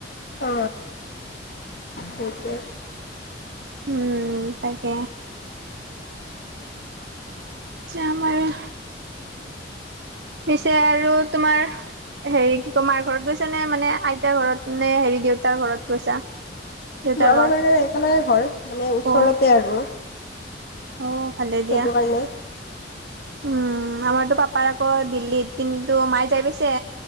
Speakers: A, on the left (about 60°); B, on the right (about 70°).
A: অ সেইটোৱে
B: উম তাকে। যাম আৰু পিছে আৰু তোমাৰ হেৰি কি ক মাৰ ঘৰত গৈছা নে, মানে আইতাৰ ঘৰত নে, হেৰি দেউতাৰ ঘৰত গৈছা? দেউতাৰ
A: আমাৰ
B: গাঁৱত
A: মানে একেলগে ঘৰ মানে ওচৰতে
B: অ
A: আৰু।
B: অ ভালে
A: সেইটো
B: দিয়া উম।
A: কাৰণে
B: আমাৰতো পাপাৰ আকৌ দিল্লীত, কিন্তু মায়ে যাই পিছে।